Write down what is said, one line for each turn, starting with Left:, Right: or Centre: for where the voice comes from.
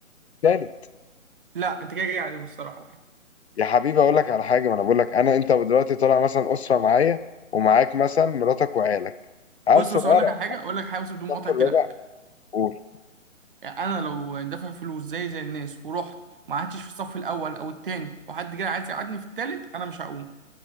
Left: الثالث
Right: لا انت كده جاي عليهم الصراحة بقى.
Left: يا حبيبي اقول لك على حاجه ما انا بقول لك انا انت دلوقتي طالع مثلا اسره معايا ومعاك مثلا مراتك وعيالك عرس
Right: بص بص
Left: وقرع
Right: اقول لك على حاجة اقول لك حاجة بس بدون مقاطعة
Left: الصف الرابع
Right: الكلام
Left: قول
Right: يعني انا لو دافع فلوس زي زي الناس ورحت ما قعدتش في الصف الاول او التاني وحد جاي عايز يقعدني في التالت انا مش هقوم